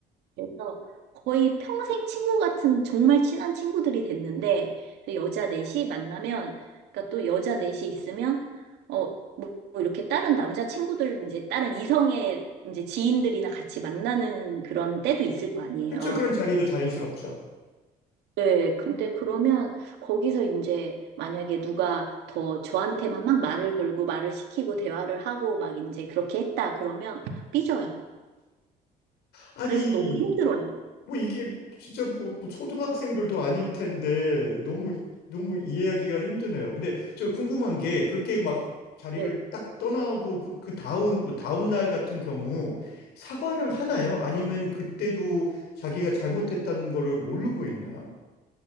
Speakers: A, on the right; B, on the left.
A: 그래서 거의 평생 친구 같은 정말 친한 친구들이 됐는데 그래서 여자 넷이 만나면 그러니까 또 여자 넷이 있으면 어뭐 이렇게 다른 남자 친구들 이제 다른 이성의 이제 지인들이나 같이 만나는 그런 때도 있을 거 아니에요.
B: 그쵸. 그런 자리도 자연스럽죠.
A: 네, 근데 그러면 거기서 이제 만약에 누가 더 저한테만 막 말을 걸고 말을 시키고 대화를 하고 막 이제 그렇게 했다 그러면 삐져요.
B: 아니,
A: 그래서 너무 힘들어요.
B: 뭐 이게 진짜 뭐, 뭐 초등학생들도 아닐 텐데 너무 너무 이해하기가 힘드네요. 근데 저 궁금한 게 그렇게 막 자리를
A: 네,
B: 딱 떠나고 그, 그 다음 뭐 다음 날 같은 경우 사과를 하나요? 아니면 그때도 자기가 잘못했다는 거를 모르고 있나요?